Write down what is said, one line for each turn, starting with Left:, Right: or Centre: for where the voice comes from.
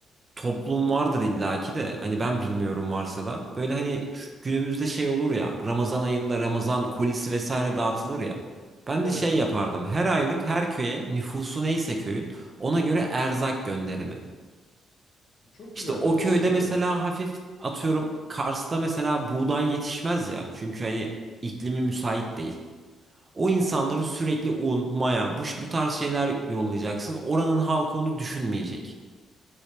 Right: toplum vardır illaki de hani ben bilmiyorum varsa da böyle hani şu günümüzde şey olur ya Ramazan ayında Ramazan kolisi vesaire dağıtılır ya. Ben
Left: Evet
Right: de şey
Left: abi.
Right: yapardım. Her aylık her köye nüfusu neyse köyün ona göre erzak gönderimi.
Left: Çok güzel
Right: İşte o
Left: bir şey
Right: köyde
Left: aslında evet.
Right: mesela hafif atıyorum Kars'ta mesela buğday yetişmez ya. Çünkü hani iklimi müsait değil. O insanları sürekli un, maya, bu, bu tarz şeyler yollayacaksın. Oranın halkı onu düşünmeyecek.